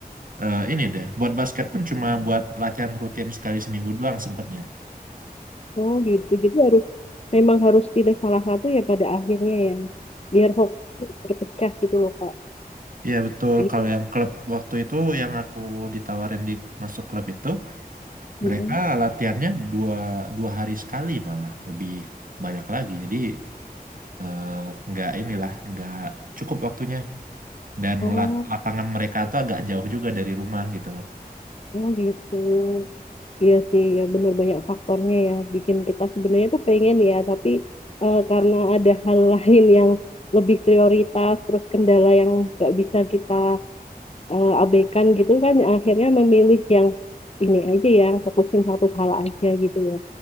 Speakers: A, on the right; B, on the left.
A: eh, ini deh, buat basket pun cuma buat latihan rutin sekali seminggu doang sempatnya.
B: Oh gitu. Jadi harus memang harus pilih salah satu ya pada akhirnya ya. Biar fokus terpecah gitu loh Kak.
A: Iya betul,
B: Itu.
A: kalau yang klub waktu itu yang aku ditawarin di masuk klub itu,
B: mm-mm.
A: mereka latihannya dua, dua hari sekali malah, lebih banyak lagi. Jadi eh, nggak inilah, nggak cukup waktunya. Dan
B: Oh,
A: la- lapangan mereka tuh agak jauh juga dari rumah gitu loh.
B: oh gitu. Iya sih, ya bener banyak faktornya ya. Bikin kita sebenarnya tuh pengen ya, tapi eh, karena ada hal <laughs> lain yang lebih prioritas, terus kendala yang nggak bisa kita eh, abekan gitu kan akhirnya memilih yang ini aja yang fokusin satu hal aja gitu ya.